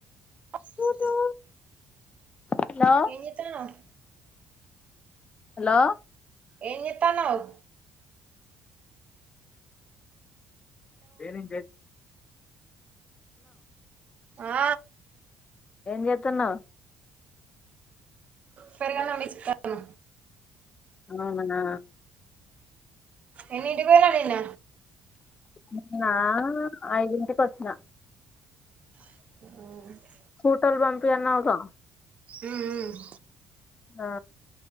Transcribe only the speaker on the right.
<inaudible>
ఏం జేత్తానవ్?
ఏం జేత్తానవ్?
ఆ
సెల్లెళ్లను తీస్కత్తన్న
ఎన్నింటికి పోయినవ్ నిన్న
ఉమ్
ఉమ్ ఉమ్